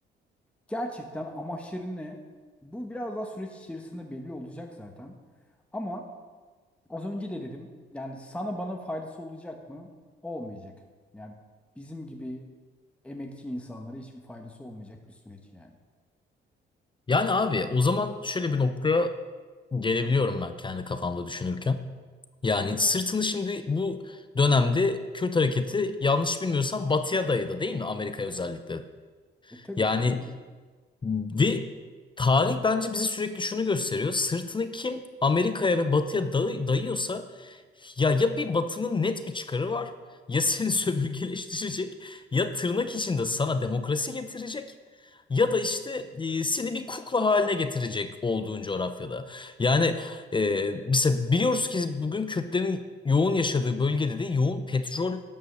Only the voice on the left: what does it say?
Yani abi o zaman şöyle bir noktaya gelebiliyorum ben kendi kafamda düşünürken. Yani sırtını şimdi bu dönemde Kürt hareketi yanlış bilmiyorsam batıya dayadı değil mi? Amerika'ya özellikle.
Yani
Ve tarih bence bize sürekli şunu gösteriyor. Sırtını kim Amerika'ya ve Batı'ya day- dayıyorsa ya ya bir Batı'nın net bir çıkarı var ya seni <laughs> sömürgeleştirecek ya tırnak içinde sana demokrasi getirecek ya da işte e, seni bir kukla haline getirecek olduğun coğrafyada. Yani e, mesela biliyoruz ki bugün Kürtlerin yoğun yaşadığı bölgede de yoğun petrol